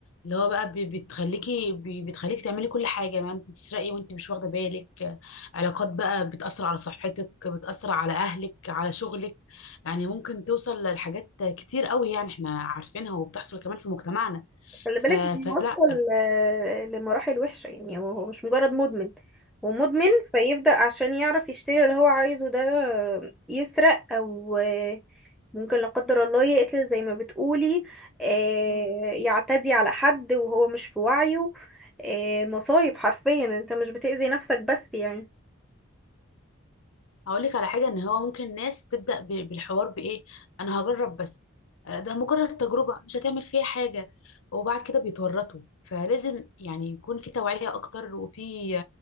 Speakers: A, on the left; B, in the centre.
A: اللي هو بقى بي- بتخليكي بي- بتخليك تعملي كل حاجه ما انت تسرقي وانت مش واخده بالك علاقات بقى بتاثر على صحتك بتاثر على اهلك على شغلك يعني ممكن توصل لحاجات كتير قوي يعني احنا عارفينها وبتحصل كمان في مجتمعنا
B: خلي
A: ف...
B: بالك
A: فلا
B: بيوصل آه، لمراحل وحشة يعني هو هو مش مجرد مدمن هو مدمن فيبدأ عشان يعرف يشتري اللي هو عايزه ده آه، يسرق أو آه، ممكن لا قدر الله يقتل زي ما بتقولي آه،
A: مم.
B: يعتدي على حد وهو مش في وعيه آه، مصايب حرفيا انت مش بتأذي نفسك بس يعني
A: هقول لك على حاجه ان هو ممكن ناس تبدا ب- بالحوار بايه انا هجرب بس آه، ده مجرد تجربه مش هتعمل فيها حاجه وبعد كده بيتورطوا فلازم يعني يكون في توعيه اكتر وفي